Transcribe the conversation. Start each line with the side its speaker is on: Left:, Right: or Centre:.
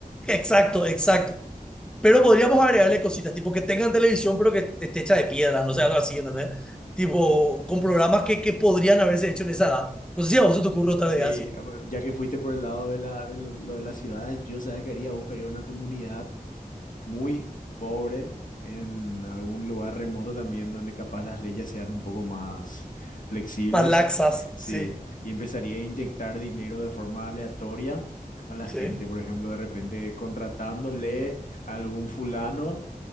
Centre: Exacto, exacto. Pero podríamos agregarle cositas, tipo que tengan televisión, pero que esté hecha de piedra, no sé, algo así, ¿entendés? Tipo, con programas que, que podrían haberse hecho en esa edad. No sé si a vos se te ocurre otra
Left: Sí,
Centre: idea así.
Left: a ver, ya que fuiste por el lado de la, de lo, lo de las ciudades, yo sabes que haría, buscaría una comunidad muy pobre en algún lugar remoto también donde capaz las leyes sean un poco más flexibles.
Centre: Más laxas,
Left: Sí,
Centre: sí,
Left: y empezaría a inyectar dinero de forma aleatoria a la
Centre: sí.
Left: gente, por
Centre: <laughs>
Left: ejemplo, de repente contratándole a algún fulano